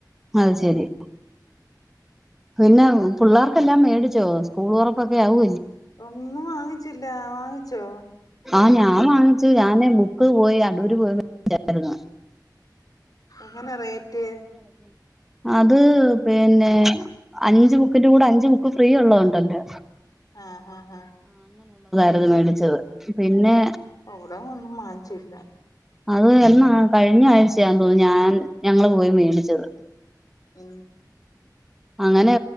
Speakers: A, in the centre; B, on the left (about 60°).
A: ആ ശരി പിന്നെ പിള്ളേർക്കെല്ലാം മേടിച്ചോ സ്കൂൾ ഉറപ്പൊക്കെ ആവ
B: ഒന്നും വാങ്ങിച്ചില്ല വാങ്ങിച്ചോ
A: ആഹ ഞാൻ വാങ്ങിച്ചു ഞാന് ബുക്ക് പോയി അടൂര് പോയിായിരുന്നു
B: എങ്ങനെ റേറ്റ്
A: അത് പിന്നെ അഞ്ചു ബുക്കിന്റെ കൂടെ അഞ്ച് ബുക്ക് ഫ്രീ ഉള്ളത്ണ്ടന്റെ
B: ആഹ് ആഹആ
A: ത് മേടിച്ചത് പിന്നെ
B: ഓവിട ഒന്നും മങ്ങിച്ചില്ല
A: അത് എന്നാ കഴിഞ്ഞ ആഴ്ചയാ തോന്നി ഞാൻ ഞങ്ങങ്ങള്ൾ പോയി മേണ്ടിച്ചത്
B: ഉ
A: അങ്ങനെ